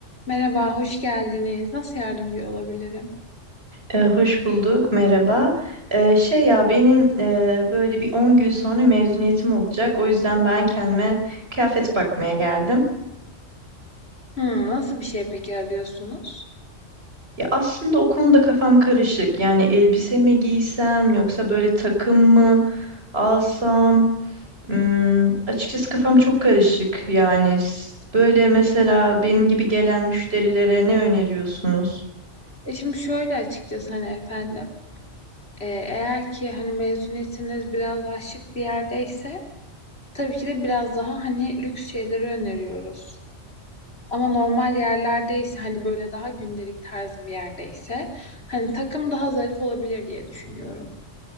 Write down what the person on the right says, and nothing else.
Ee, hoş bulduk, merhaba. Ee, şey ya benim e, böyle bir 10 gün sonra mezuniyetim olacak. O yüzden ben kendime kıyafet bakmaya geldim.
Ya aslında o konuda kafam karışık. Yani elbise mi giysem yoksa böyle takım mı alsam? Hmm, açıkçası kafam çok karışık. Yani s- böyle mesela benim gibi gelen müşterilere ne öneriyorsunuz?